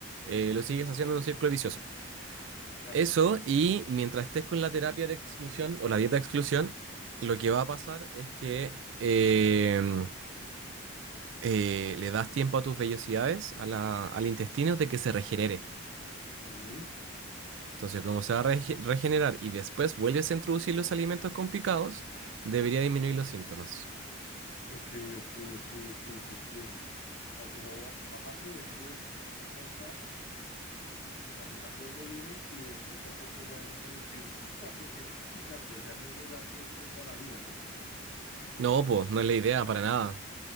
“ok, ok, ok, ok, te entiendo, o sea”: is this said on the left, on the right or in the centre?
Left